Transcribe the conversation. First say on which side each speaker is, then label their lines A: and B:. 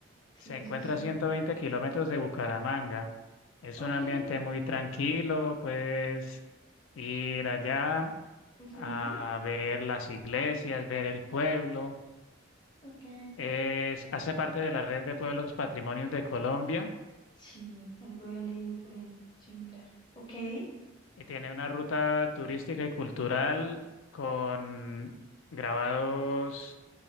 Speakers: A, on the left (about 20°); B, on the left (about 75°).
A: sí,
B: Se encuentra
A: sí, sí.
B: a 120 kilómetros de Bucaramanga. Es
A: Ok,
B: un ambiente muy tranquilo, puedes ir allá
A: ujú,
B: a ver las iglesias, ver el pueblo.
A: ok.
B: Es, hace parte de la red de pueblos patrimonios de Colombia
A: Sí, algo había leído por ahí, similar. Ok, <gasps>
B: y tiene una ruta turística y cultural con grabados